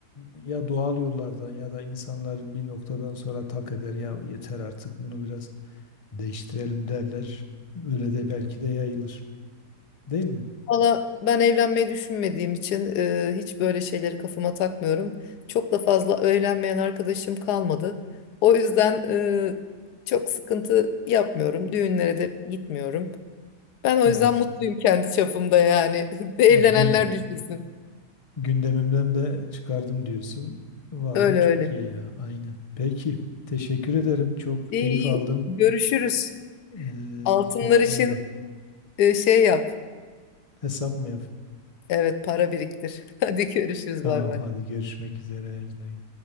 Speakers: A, on the left (about 30°); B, on the left (about 80°).
A: ya doğal yollardan ya da insanlar bir noktadan sonra tak eder ya yeter artık bunu biraz değiştirelim derler. Öyle de belki de yayılır. Değil mi?
B: Valla ben evlenmeyi düşünmediğim için e, hiç böyle şeyleri kafama takmıyorum. Çok da fazla evlenmeyen arkadaşım kalmadı. O yüzden e, çok sıkıntı yapmıyorum. Düğünlere de gitmiyorum. Ben o yüzden
A: Evet.
B: mutluyum kendi çapımda yani. <laughs> Bir Evlenenler
A: Gün
B: düşünsün.
A: Gündemimden de çıkardım diyorsun. Valla
B: Öyle
A: çok
B: öyle.
A: iyi ya, aynen. Peki, teşekkür ederim. Çok
B: İyi,
A: keyif aldım.
B: görüşürüz.
A: Ee,
B: Altınlar
A: kendine
B: için
A: iyi bak.
B: e, şey yap.
A: Hesap mı yap?
B: Evet para biriktir. <laughs> Hadi görüşürüz
A: Tamam,
B: bay bay.
A: hadi görüşmek üzere. Güle güle.